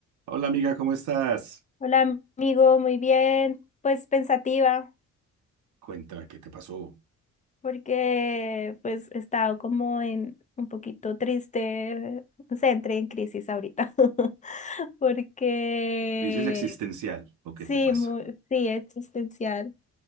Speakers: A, on the right; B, on the left.
A: Hola amiga, ¿cómo estás?
B: Hola amigo, muy bien, pues pensativa,
A: Cuéntame, ¿qué te pasó?
B: porque pues he estado como en un poquito triste, no sé, entré en crisis ahorita, <laughs> porque
A: Crisis existencial, ¿o qué
B: sí,
A: te pasa?
B: muy, sí, existencial.